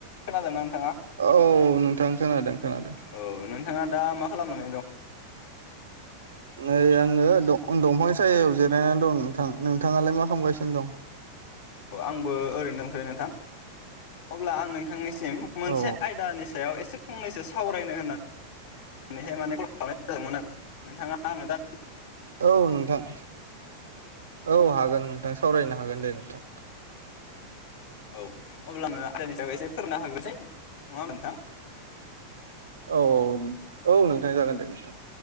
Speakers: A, on the left; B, on the right.
A: खोनादों ना नोंथां?
B: औ नोंथां खोनादों खोनादों
A: औ नोंथाङा दा मा खालामनानै दं?
B: नै आङो दंफां सायायाव जिरायनानै दं नोंथां नोंथाङालाय मा खालामगासिनो दं?
A: आंबो ओरैनो दथैो नोंथां अब्ला आं नोंथांनि मोनसे
B: औ
A: आयदानि सायाव एसे फंनैसो सावरायनो होनना <inaudible> नैहाय माने कल खालामनाय <inaudible> जादोंमोन आरो नोंथाङा आंनो दा
B: औ नोंथां औ हागोन नोंथां सावरायनो हागोन दे नोंथां
A: औ अब्ला आङो आदनि सायाव एसे फोरनो हाग्रोसै नङा होमबा नोंथां?
B: औ औ औ नोंथां जागोन दे नोंथां